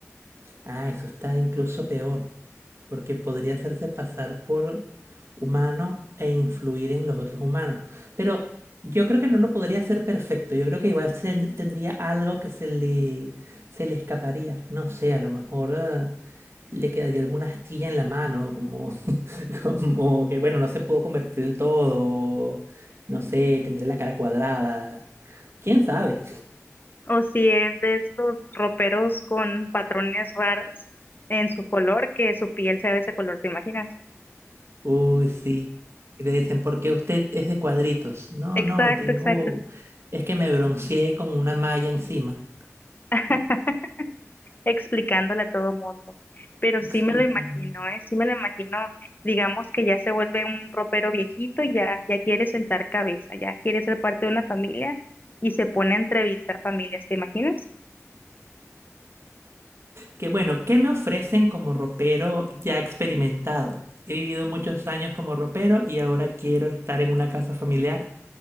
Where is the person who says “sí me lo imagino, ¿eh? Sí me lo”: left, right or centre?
Left